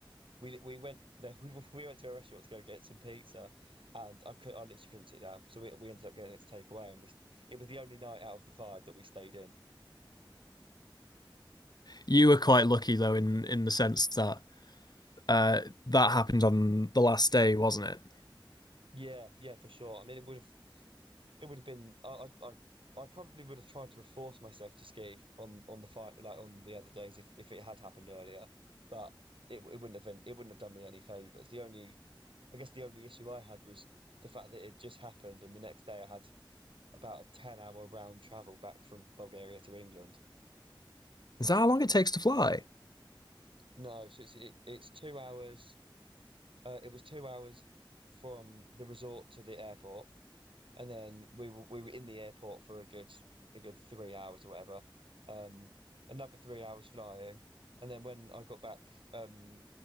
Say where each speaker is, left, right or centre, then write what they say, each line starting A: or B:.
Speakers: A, on the right; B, on the left.
A: we we went there, <laughs> we we went to a restaurant to go get some pizza, and I could, I literally couldn't sit down. So we we ended up getting it to take away, and we, it was the only night out of the five that we stayed in.
B: You were quite lucky though in in the sense that uh that happened on the last day, wasn't it?
A: Yeah, yeah, for sure. I mean, it would have It would have been I I I I probably would have tried to have forced myself to ski on on the fight like on the other days if if it had happened earlier, but it it wouldn't have been, it wouldn't have done me any favors. The only I guess the only issue I had was the fact that it just happened, and the next day I had about a ten hour round travel back from Bulgaria to England.
B: Is that how long it takes to fly?
A: No, so it's it, it's two hours. Uh, it was two hours from the resort to the airport, and then we were we were in the airport for a good a good three hours or whatever. Um, another three hours flying, and then when I got back, um,